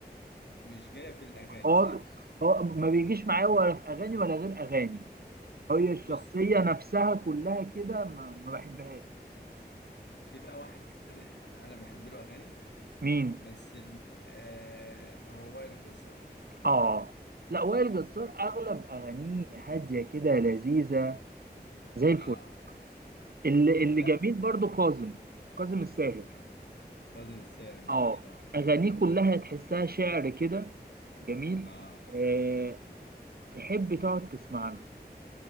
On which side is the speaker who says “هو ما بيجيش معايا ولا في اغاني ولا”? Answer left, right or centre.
Right